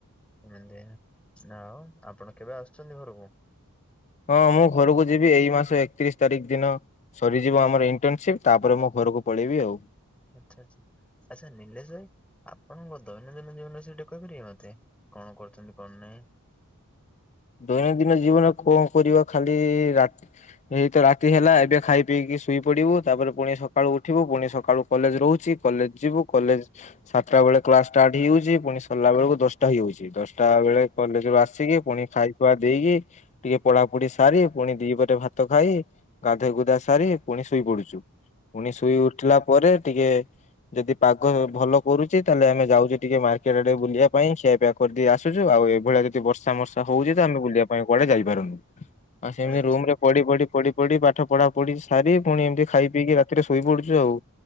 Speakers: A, in the centre; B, on the left.
A: ସେମିତି ଆଉ ଆପଣ କେବେ ଆସୁଛନ୍ତି ଘରକୁ?
B: ହଁ ମୁଁ ଘରକୁ ଯିବି ଏଇ ମାସ ଏକତିରିଶ ତାରିଖ ଦିନ। ସରିଯିବ ଆମର ଇଣ୍ଟର୍ନସିପ ତାପରେ ମୁଁ ଘରକୁ ପଳେଇବି ଆଉ।
A: ଆଚ୍ଛା ଆଚ୍ଛା ଆଚ୍ଛା ନିଲେଶ ଭାଇ? ଆପଣଙ୍କ ଦୈନନ୍ଦିନ ଜୀବନରେ ସେଇଠି କହିପାରିବେ ମତେ କଣ କରୁଛନ୍ତି କଣ ନାହିଁ?
B: ଦୈନନ୍ଦିନ ଜୀବନ କଣ କରିବ ଖାଲି ରାତି ଏଇ ତ ରାତି ହେଲା ଏବେ ଖାଇ ପିଇକି ଶୋଇ ପଡିବୁ ତାପରେ ପୁଣି ସକାଳୁ ଉଠିବୁ ପୁଣି ସକାଳୁ କଲେଜ ରହୁଛି କଲେଜ ଯିବୁ କଲେଜ ସାତଟା ବେଳେ କ୍ଲାସ୍ ଷ୍ଟାର୍ଟ ହେଇଯାଉଛି ପୁଣି ସରିଲା ବେଳକୁ ଦଶଟା ହେଇଯାଉଛି ଦଶଟା ବେଳେ କଲେଜରୁ ଆସି ଆସିକି ପୁଣି ଖାଇ ଖୁଆ ଦେଇକି ଟିକେ ପଢା ପଢି ସାରି ପୁଣି ଦିପରେ ଭାତ ଖାଇ ଗାଧେଇ ଗୁଧା ସାରି ପୁଣି ଶୋଇ ପଡୁଛୁ। ପୁଣି ଶୋଇ ଉଠିଲା ପରେ ଟିକେ ଯଦି ପାଗ ଭଲ କରୁଛି ତାହେଲେ ଆମେ ଯାଉଛେ ଟିକେ ମା କେବେ ଆଡେ ବୁଲିବା ପାଇଁ ଖିଆପିଆ କରିଦେଇ ଆସୁଛୁ ଆଉ ଏଇଭଳିଆ ଯଦି ବର୍ଷା ମର୍ଷା ହଉଛି ତ ଆମେ ବୁଲିବା ପାଇଁ କୁଆଡେ ଯାଇପାରୁନୁ ଆଉ ସେମିତି
A: ଆଚ୍ଛା
B: ରୁମ ରେ ପଡି ପଡି ପଢି ପାଠ ପଢା ପଢି ସାରି ପୁଣି ଏମିତି ଖାଇ ପିଇକି ରାତିରେ ଶୋଇ ପଡୁଛୁ ଆଉ।